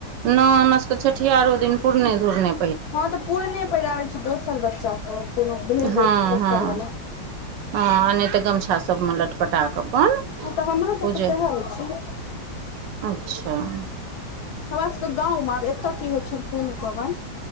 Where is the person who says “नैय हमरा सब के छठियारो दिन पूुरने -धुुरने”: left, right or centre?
Right